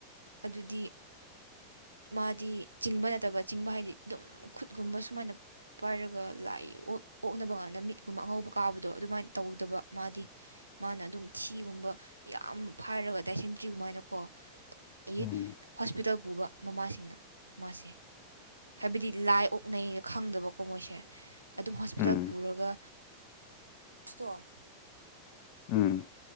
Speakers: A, on the right; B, on the left.
A: ꯑꯗꯨꯗꯤ ꯃꯥꯗꯤ ꯆꯤꯡꯕ ꯅꯠꯇꯕ ꯆꯤꯡꯕ ꯍꯥꯏꯗꯤ ꯑꯗꯨꯝ ꯈꯨꯠꯒꯨꯝꯕ ꯁꯨꯃꯥꯏꯅ ꯄꯥꯏꯔꯒ ꯂꯥꯏ ꯑꯣꯛꯅꯕ ꯀꯥꯟꯗ ꯃꯤꯠꯀꯨꯝꯕ ꯑꯉꯧꯕ ꯀꯥꯕꯗꯣ ꯑꯗꯨꯃꯥꯏꯅ ꯇꯧꯗꯕ ꯃꯥꯗꯤ ꯃꯥꯅ ꯑꯗꯨꯝ ꯊꯤꯒꯨꯝꯕ ꯌꯥꯝ ꯐꯥꯏꯔꯒ ꯇꯥꯏꯁꯤꯟꯗ꯭ꯔꯤꯒꯃꯥꯏꯅꯀꯣ ꯑꯩꯒꯤ
B: ꯎꯝ
A: ꯍꯣꯁꯄꯤꯇꯥꯜ ꯄꯨꯕ ꯃꯃꯥꯁꯤꯡꯅ ꯃꯥꯁꯦ ꯍꯥꯏꯕꯗꯤ ꯂꯥꯏ ꯑꯣꯛꯅꯩꯩꯅ ꯈꯪꯗꯕꯀꯣ ꯃꯣꯏꯁꯦ ꯑꯗꯨꯝ ꯍꯣꯁꯄꯤꯇꯥꯜ
B: ꯎꯝ
A: ꯄꯨꯔꯒ
B: <inaudible>
A: ꯑꯁꯇꯣ
B: ꯎꯝ